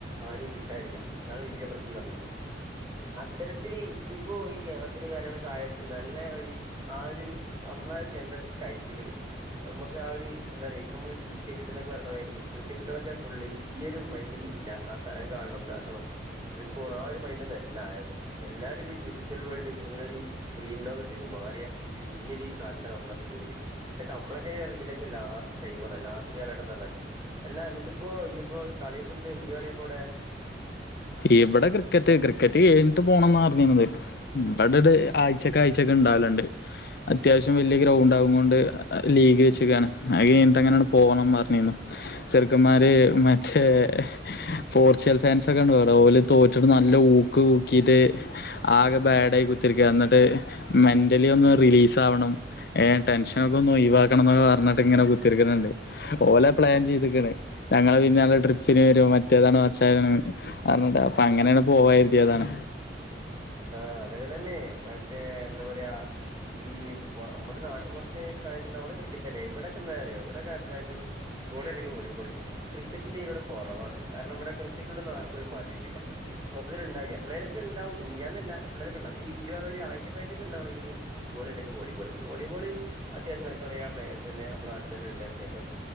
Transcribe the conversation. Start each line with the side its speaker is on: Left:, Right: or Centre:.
Right: ആരേം കിട്ടാനില്ല അതാണ് വല്യ പ്രശ്നം തന്നത് അത്തരത്തില് ഇതിപ്പോ ഈ യാത്രയും കാര്യങ്ങളൊക്കെ ആയിട്ട് നല്ല ഒരു ആ ഒരു നമ്മള ജനറേഷൻ കഴിഞ്ഞിക്ക്ണ് നമുക്ക് ആ ഒരു എന്താ പറയാ ഇപ്പ നമ്മള് ടുകെ കിട്ട്നോക്കെ പറിണമാതിരി ടു കെ കിട്ട്കളൊക്കെ ഫുള്ള് ഈ ഒരു മൈൻഡ് ഒന്ന ഇ കാ <unintelligible> ആ സ്ഥലം കാണണം ഇതാക്കണം ണം ആ ഒരു മൈൻഡ് ഒന്നല്ല ആരുന്നു എല്ലാവരും ഒരു വിർച്ൽ വേൾഡ് അല്ലെങ്കിൽ ഒരു സ്ക്രീൻ ലോകത്തേക്ക് മാറിയ ചുരുങ്ങിയ ഒരു ഈ കാലത്താണ് നമ്മളൊക്കെ ഉള്ളത് അതക്കെ നമ്മളൊക്കെ ഇതിനൊക്കെ ലാസ്റ്റ് ടൈം പറഞ്ഞ ലാസ്റ്റ് കാലഘട്ടം എന്ന് പറഞ്ഞാല് അല്ല എന്നിട്ടിപ്പോ ഇ ഇപ്പൊ കളിപ്പന്ത് എന്ത് കളിയാപ്പാടെ
Left: ഇവിടെ ക്രിക്കറ്റ് ക്രിക്കറ്റ് കഴിഞ്ഞിട്ട് പോണംന്നാ പറഞ്ഞിനത് ഇബടെര് ആഴ്ചക്കെ ആഴ്ചൊക്കെ ഇണ്ടാവലണ്ട് അത്യാവശ്യം വലിയ ഗ്രൗണ്ടാകുംകൊണ്ട് ലീഗ് വെച്ചക്കാണ് അഹ് കഴിഞ്ഞിട്ട് അങ്ങനെണ്ട് പോവണം പറഞ്ഞിനു ചെർക്കന്മാര് മറ്റേ പോർച്ചുഗൽ ഫാൻസ് ഒക്കെണ്ട് ഓല് തോറ്റിട്ട് ന ല്ല ഊക്ക് ഊക്കിറ്റ് ആകെ ബാടായി കു <unintelligible> എന്നിട്ട് മെന്റലി ഒന്ന് റിലീസ് ത്താവണം ഏ ടെൻഷനൊക്കെ ഒന്ന് ഒവാക്കണം എന്നക്കെ പ എന്നിട്ട് ഇങ്ങനെ കുത്തിരിക്ക്ന്ണ്ട് ഓലേ പ്ലാൻ ചെയ്ത്ക്ണ് ഞങ്ങള് പിന്നാലെ ട്രി ശനി വേരോ മറ്റേതാണ് <unintelligible> അഞ്ഞട്ടാ അപ്പൊ അങ്ങനെയാണ്ട് പോവാര
Right: ആ അതൊക്കെ തന്നെ മറ്റേ എന്താ പറയാ ഈ നമ്മുടെ നാട്ടിൻപോറ്ത്ത് കളിക്കുന്ന അവിടെ ക്രിക്കറ്റല്ലേ ഇവിടോക്കെ എന്താന്നറിയോ ഇവിടൊക്കെ അത്യാവശ്യം ഫുട്ബോള് അല്ലെങ്കി വോളിബോള് ക്രിക്കിന്റെറെ വിടെ കൊറവാണ് കാരണം ഇവിടെ ക്രിക്കറ്റോണ്ടൊന്നും ആർക്കും ഒരു മതിപ്പില്ല മൊത്തത്തില് ഇണ്ടായിനി എപ്പളെങ്കിലും ഉണ്ടാവും ഞാൻനില്ല എപ്പേളെങ്കിലൊക്കെ ഇണ്ടാവും പക്ഷെ ഇജ് പറഞ്ഞാതിരി ആഴ്ചക്കാഴ്ച്ചക് ഇണ്ടാക്കാണങ്കില് ഗോളിയാല്ലങ്കി വോളിബോള് വോളിബോള് അത്യാവശ്യം കളിക്കാറിയാവുന്ന പ്ലേയേഴ്സ് തന്നെ നമ്മള നാട്ട് തന്നെണ്ട് അത്യാവശ്യം